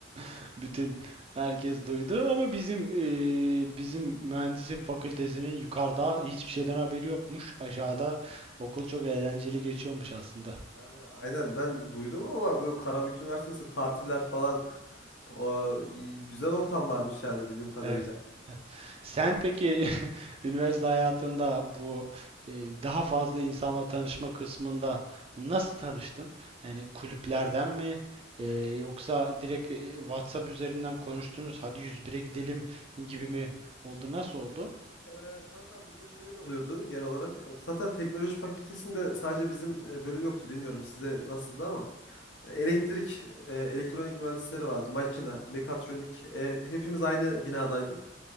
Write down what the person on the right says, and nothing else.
<laughs> bütün herkes duydu ama bizim eee, bizim mühendislik fakültesinin yukarıda hiçbir şeyden haberi yokmuş. Aşağıda okul çok eğlenceli geçiyormuş aslında.
Evet. evet. Sen peki <laughs> üniversite hayatında bu e, daha fazla insanla tanışma kısmında nasıl tanıştın? Yani kulüplerden mi E, yoksa direkt e, WhatsApp üzerinden konuştunuz, hadi 101'e gidelim gibi mi oldu? Nasıl oldu?